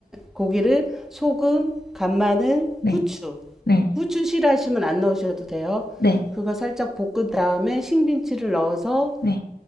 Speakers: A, in the centre; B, on the left (about 85°).
A: 고기를 소금, 간마늘,
B: 네,
A: 후추.
B: 네,
A: 후추 싫어하시면 안 넣으셔도 돼요.
B: 네,
A: 그거 살짝 볶은 다음에 신김치를 넣어서
B: 네,